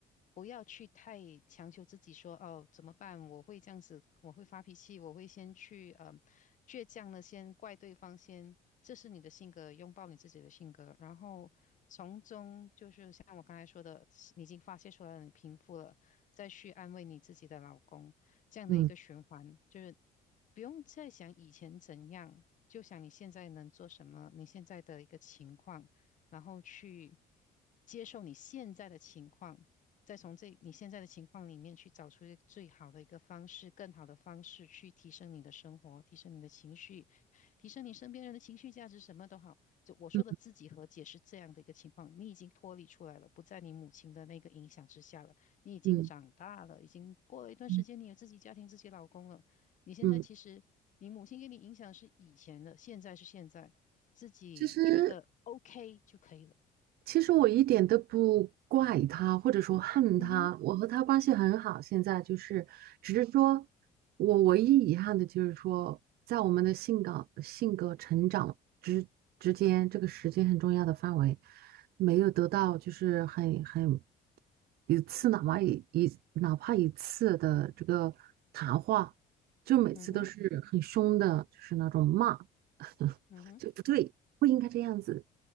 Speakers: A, on the left (about 50°); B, on the right (about 65°).
A: 不要去太强求自己说哦怎么办？我会这样子，我会发脾气，我会先去呃倔强的先怪对方先，这是你的性格，拥抱你自己的性格，然后从中就是像我刚才说的，你已经发泄出来了，你平复了，再去安慰你自己的老公，这样的一个循环，
B: 嗯
A: 就是不用再想以前怎样。就想你现在能做什么，你现在的一个情况，然后去接受你现在的情况，再从这你现在的情况里面去找出一个最好的一个方式，更好的方式去提升你的生活，提升你的情绪，提升你身边人的情绪价值，什么都好。就我说的自己和解是这样的一个情况，
B: 嗯
A: 你已经脱离出来了，不在你母亲的那个影响之下了，你已经长大了，
B: 嗯
A: 已经过了一段时间，
B: 嗯
A: 你有自己家庭、自己老公了。你现在其实，
B: 嗯，
A: 你母亲给你影响是以前的，现在是现在，自己觉得
B: 其实。
A: OK 就可以了。
B: 其实我一点都不怪他，或者说恨他，
A: 嗯哼，
B: 我和他关系很好。现在就是，只是说我唯一遗憾的就是说，在我们的性格、性格成长之之间，这个时间很重要的范围，没有得到就是很很一次，哪怕一一哪怕一次的这个谈话，就每次都是很凶的，
A: 嗯哼，
B: 就是那种骂，<laughs>
A: 嗯哼，
B: 就不对，不应该这样子。